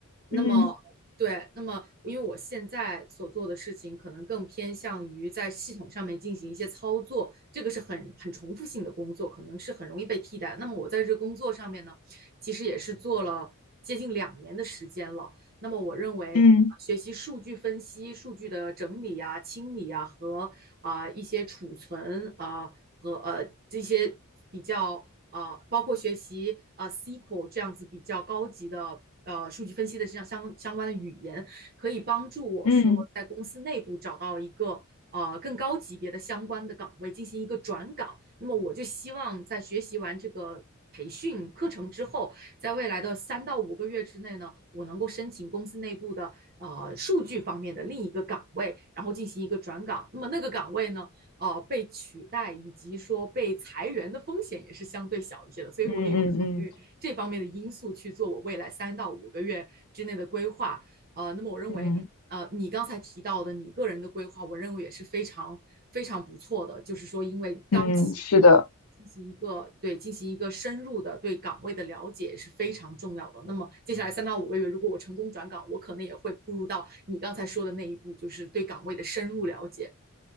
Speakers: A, on the right; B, on the left.
A: 那么对，
B: 嗯
A: 那么因为我现在所做的事情可能更偏向于在系统上面进行一些操作，这个是很很重复性的工作，可能是很容易被替代。那么我在这个工作上面呢？其实也是做了接近两年的时间了。那么我认为。
B: 嗯
A: 学习数据分析、数据的整理啊、清理啊和啊、呃一些储存啊、呃和呃这些比较啊、呃包括学习啊、SQL 这样子比较高级的呃数据分析的这样相相关的语言，可以帮助我说在公司内部找到一个呃更高级别的相关的岗位进行一个转岗。
B: 嗯
A: 那么我就希望在学习完这个培训课程之后，在未来的三到五个月之内呢，我能够申请公司内部的呃数据方面的另一个岗位，然后进行一个转岗。那么那个岗位呢，呃被取代以及说被裁员的风险也是相对小一些的，所以我也有考虑这方面的因素去做我未来三到五个月之内的规划。
B: 嗯嗯嗯
A: 呃，那么我认为，
B: 嗯，
A: 呃，你刚才提到的你个人的规划，我认为也是非常非常不错的。就是说，因为刚起步，
B: 嗯，是的，
A: 进行一个对进行一个深入的对岗位的了解是非常重要的。那么接下来三到五个月，如果我成功转岗，我可能也会步入到你刚才说的那一步，就是对岗位的深入了解。